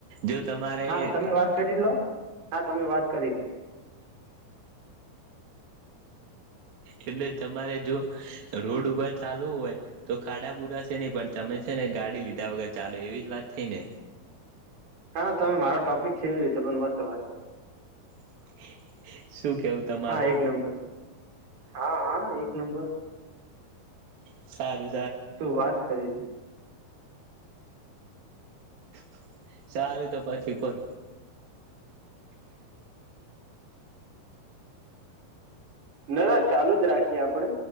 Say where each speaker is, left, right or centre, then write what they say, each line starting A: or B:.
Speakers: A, on the right; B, on the right.
A: જો તમારે
B: હા
A: એટલે
B: તમે વાત કરી લો હા તમે વાત કરી લો.
A: એટલે તમારે જો રોડ ઉપર ચાલવું હોય તો ખાડા પુરાશે નઈ પણ તમે છે ને ગાડી લીધા વગર ચાલો એવી જ વાત થઈ ને
B: હા તમે મારો ટોપિક છે એવી રીતે પણ મસ્ વાદ કર
A: <inaudible> તમારું
B: હા એક નંબર હા હા એક- નંબર.
A: સારુ.
B: શું વાત કરી છે.
A: <inaudible> સારું તો પછી કોલ
B: ના ના ચાલુ જ રાખીએ આપણે.